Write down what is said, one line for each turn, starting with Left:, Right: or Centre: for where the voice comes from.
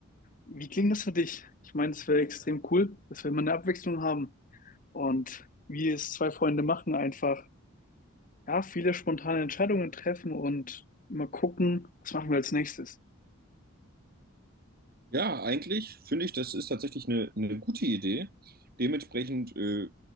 Left: Wie klingt das für dich? Ich meine, es wäre extrem cool, dass wir immer eine Abwechslung haben. Und wie es zwei Freunde machen, einfach, ja, viele spontane Entscheidungen treffen und immer gucken, was machen wir als nächstes.
Right: Ja, eigentlich finde ich, das ist tatsächlich eine, eine gute Idee. Dementsprechend äh,